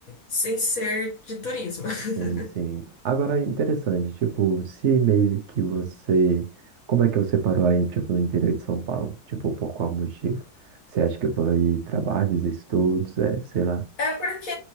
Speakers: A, on the left (about 60°); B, on the right (about 60°).
A: sem ser de turismo. <laughs>
B: Sim, sim. Agora é interessante, tipo, se meio que você. Como é que você parou aí, tipo, no interior de São Paulo? Tipo, por qual motivo? Você acha que foi trabalhos, estudos, é, sei lá.
A: É porque